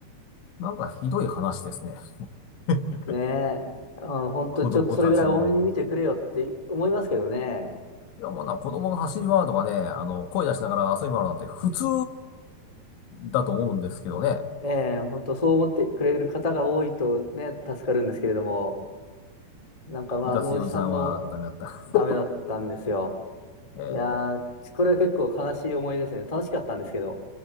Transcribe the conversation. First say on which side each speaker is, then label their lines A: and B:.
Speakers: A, on the left (about 85°); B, on the left (about 15°).
A: なんかひどい話ですね。<laughs>
B: ねえ。うん、本当ちょっとそれぐらい多めに見てくれよって思いますけどね。
A: 子供たちの。いや、もうな、子供が走り回るとかね、あの、声出しながら遊び回るなんて普通だと思うんですけどね。
B: ええ、本当そう思ってくれる方が多いとね、助かるんですけれども、なんかまあ、
A: いかついおじさんはダメだった。
B: あのおじさんのダメだったんですよ。
A: <laughs>
B: いやー、
A: え
B: これは結構悲しい思い出ですね。楽しかったんですけど。